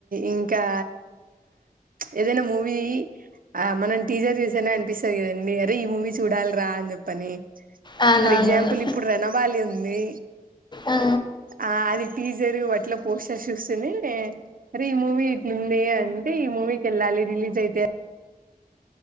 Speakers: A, on the right; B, on the left.
A: ఇంగ్ ఇంకా ఏదైనా మూవీ మనం టీచర్ తీసేనే అనిపిస్తుంది కదండి అ ఈ మూవీ చూడాలిరా అని చెప్పని
B: ఆ అవునవును
A: ఫర్ ఎగ్జాంపుల్ ఇప్పుడు రెనబాలి ఉంది
B: ఆ
A: ఆ అది టీజరు వాట్లో పోస్టర్ చూస్తూనే అరే ఈ మూవీ ఇట్లుంది అంటే ఈ మూవీకి వెళ్ళాలి రిలీజ్ అయితే